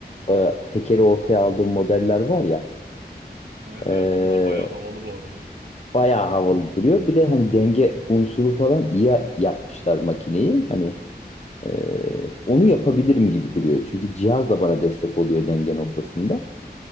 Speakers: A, on the left (about 40°); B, on the right (about 80°).
A: e, tekeri ortaya aldığım modeller var ya.
B: Evet
A: E,
B: evet onlar bayağı havalı bu arada.
A: bayağı havalı duruyor. Bir de hani denge unsuru falan iyi yapmışlar makineyi. Hani Ee, onu yapabilirim gibi duruyor. Çünkü cihaz da bana destek oluyor denge noktasında.